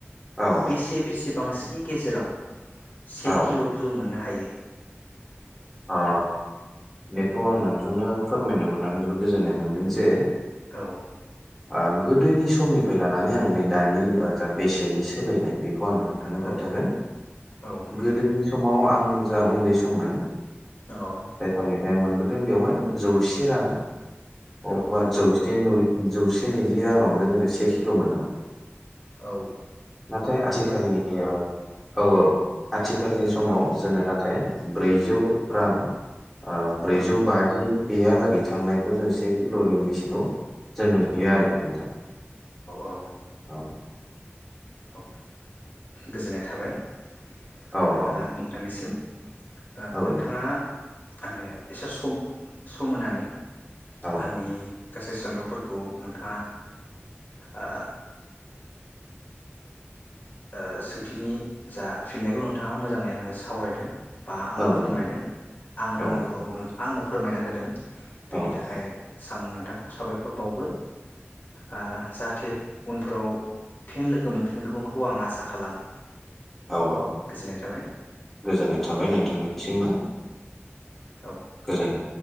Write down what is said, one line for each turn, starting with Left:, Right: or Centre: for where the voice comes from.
Centre: औ
Left: बेसे बेसे बांसिन नि गेजेराव से
Centre: औ
Left: किल'खौ जों मोननो हायो।
Centre: आ बेखौ आं नोंथांनो फोरमायनो मोननानै जोबोद गोजोननाय मोनगोन जे
Left: औ
Centre: ओ गोदोनि समनिफाय लानानै आं नै दानि जा बेसेननि सोलायनाय बे आं नोंथांनो
Left: औ
Centre: खोन्थागोन
Left: औ
Centre: गोदोनि सम समाव आं जा उन्दै सममोन
Left: औ
Centre: समनिफ्राय जाय मोनबोदों बेवहाय जौसे रां। औवा
Left: औ औ
Centre: जौसे नुयो। जौसे नैजि राङावनो जोङो से खिल' मोनोमोन।
Left: औ
Centre: नाथाय आथिखाल नियाव औ औ। आथिखालनि समाव
Left: औ
Centre: जोङो नाथाय। ब्रैजौ।
Left: औ
Centre: रां
Left: औ
Centre: ओ ब्रैजौ
Left: औ
Centre: बाजि। बेया लागै। थांनायखौ जों से किल'नि बिज थिखौ जों नुयो
Left: औ
Centre: आरोखि नोंथां
Left: औ
Centre: औ।
Left: औ ओ गोजोननाय थाबाय।
Centre: औ
Left: ओ
Centre: औ
Left: नोंथांनिसिम। ओ
Centre: औ
Left: नोंथाङा
Centre: नोंथां
Left: आंनो एसे समप-सम होनानै।
Centre: औ
Left: आंनि गासै सोंलुफोरखौ नोंथाङा ओ ओ सोंथिनि जा फिननायखौ नोंथाङा मोजाङै आंनो सावरायदों। बा आंनो
Centre: औ नोंथां
Left: फोरमायदों आं रोङैखौ
Centre: औ
Left: नों आंनो फोरमायना होदों। बेनि
Centre: औ
Left: थाखाय सांनोद बिथांखौ साबायखर बावबो। आ जाथ धे उनफोराव फिन लोगो मोनफिनखौ खौ आं आसा खालामो।
Centre: औ औ
Left: गोजोननाय थाबाय
Centre: गोजोननाय थाबाय नोंथां निसिमबो।
Left: औ
Centre: गोजोन